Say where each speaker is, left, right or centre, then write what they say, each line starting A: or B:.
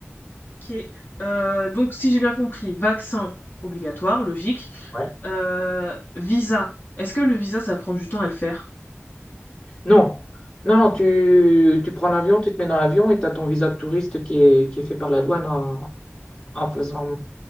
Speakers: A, on the left (about 45°); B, on the left (about 15°).
A: OK, heu, donc si j'ai bien compris, vaccin obligatoire, logique.
B: Ouais.
A: Heu, visa, est-ce que le visa, ça prend du temps à le faire?
B: Non, non, non, tu, tu prends l'avion, tu te mets dans l'avion et tu as ton visa de touriste qui est, qui est fait par la douane en, en faisant,